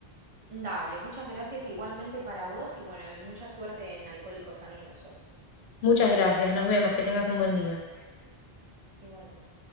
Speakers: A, on the right (about 35°); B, on the left (about 85°).
A: Dale, muchas gracias igualmente para vos y bueno, y mucha suerte en Alcohólicos Anónimos hoy.
B: Muchas gracias, nos vemos, que tengas un buen día.
A: Igualmente.